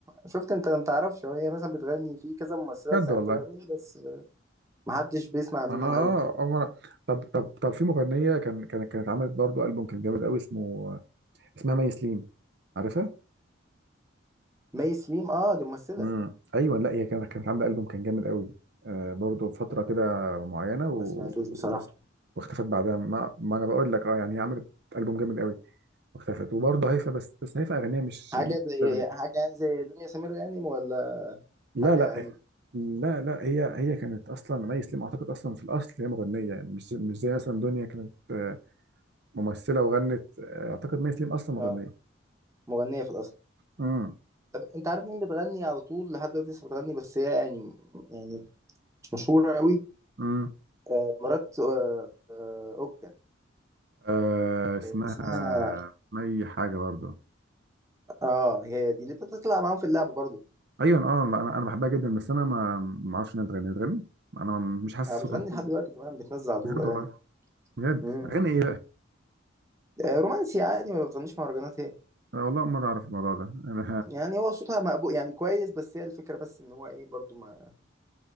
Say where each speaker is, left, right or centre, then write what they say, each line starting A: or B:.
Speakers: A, on the right; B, on the right.
A: شفت انت ما تعرفش هو هي مثلا بتغني في كذا ممثله
B: بجد
A: تلاقيها
B: والله
A: بتغني بس ما حدش بيسمع عنهم
B: انا اه
A: قوي
B: أمر... طب طب طب في مغنيه كان كان كانت عملت برضه البوم كان جامد قوي اسمه اسمها مي سليم عارفها
A: مي سليم اه دي ممثله
B: امم ايوه لا هي كانت كانت عامله البوم كان جامد قوي آه برضه فتره كده معينه و...
A: ما سمعتوش
B: و-
A: بصراحه
B: واختفت بعدها ما... ما انا بقول لك اه يعني هي عملت البوم جامد قوي واختفت وبرضه هيفا بس بس هيفا اغانيها مش
A: حاجه
B: مش
A: زي
B: أدبي.
A: حاجه يعني زي دنيا سمير غانم ولا
B: لا
A: حاجه
B: لا
A: اقل
B: لا لا هي هي كانت اصلا مي سليم اعتقد اصلا في الاصل هي مغنيه يعني مش مش زي مثلا دنيا كانت آه، ممثله وغنت آه، اعتقد مي سليم اصلا مغنيه
A: اه مغنيه في الاصل
B: امم
A: طب انت عارف مين بتغني على طول لحد دلوقتي لسه بتغني بس هي يعني يعني مش مشهورة قوي
B: امم
A: آه، مرات آه، آه، اوكا
B: آه اسمها
A: آه، اللي اسمها
B: مي حاجه برضه
A: اه هي دي اللي بتطلع معاهم في اللعبة برضو
B: ايوه اه لا، انا انا بحبها جدا بس انا ما ما اعرفش انها بتغني بتغني انا مش حاسس
A: آه، بتغني
B: صوتها ممكن
A: لحد دلوقتي كمان بتنزل على طول
B: بجد والله
A: اغاني
B: بجد
A: امم
B: اغاني ايه بقى
A: آه، رومانسي عادي ما بتغنيش مهرجانات هي
B: انا والله اول مره اعرف الموضوع ده انا
A: يعني هو صوتها مقبول يعني كويس بس هي الفكرة بس ان هو ايه برضو ما